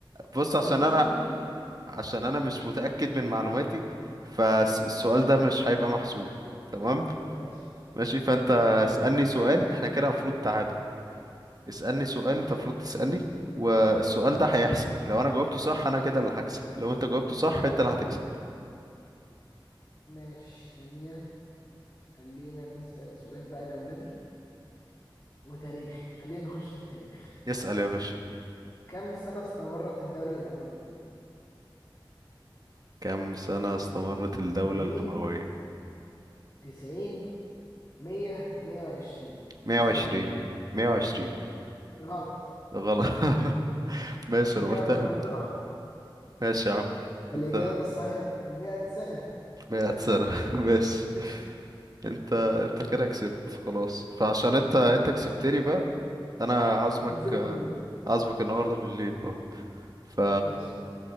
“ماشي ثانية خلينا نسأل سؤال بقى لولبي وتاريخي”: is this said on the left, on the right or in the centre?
Left